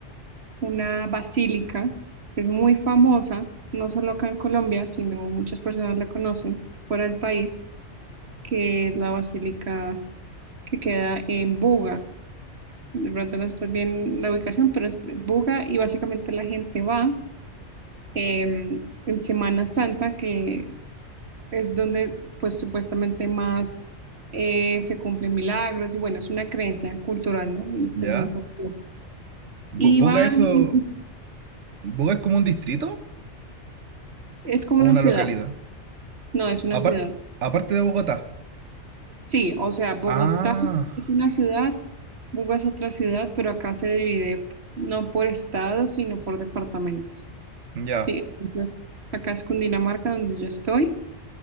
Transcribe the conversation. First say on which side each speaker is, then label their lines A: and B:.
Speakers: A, on the right; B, on the right.
A: una basílica que es muy famosa, no solo acá en Colombia, sino muchas personas la conocen fuera del país, que es la basílica que queda en Buga. de pronto no es bien la ubicación, pero es Buga y básicamente la gente va eh, en Semana Santa, que es donde pues supuestamente más eh, se cumplen milagros y bueno, es una creencia cultural, ¿no? Y
B: ¿Ya?
A: pues muy popular.
B: Bu-
A: Y
B: ¿Buga
A: van,
B: eso?
A: y
B: ¿Buga es como un distrito
A: es como
B: o
A: una
B: una
A: ciudad,
B: localidad?
A: no, es una
B: Apar-
A: ciudad.
B: aparte de Bogotá.
A: Sí, o sea, Bogotá
B: Ah,
A: es una ciudad, Buga es otra ciudad, pero acá se divide no por estados, sino por departamentos.
B: ya.
A: Sí, entonces acá es Cundinamarca donde yo estoy